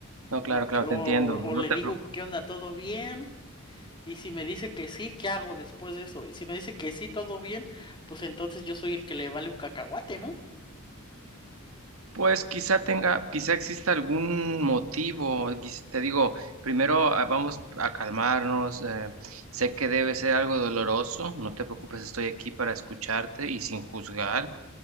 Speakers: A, on the right; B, on the left.
A: No,
B: o,
A: claro, claro,
B: qué- o,
A: te
B: o
A: entiendo, no
B: le
A: te
B: digo,
A: preocupes.
B: ¿qué onda? ¿Todo bien? Y si me dice que sí, ¿qué hago después de eso? Y si me dice que sí, todo bien, pues entonces yo soy el que le vale un cacahuate, ¿no?
A: Pues quizá tenga, quizá exista algún motivo. quiz- Te digo, primero ah, vamos a calmarnos. eh, sé que debe ser algo doloroso. No te preocupes, estoy aquí para escucharte y sin juzgar.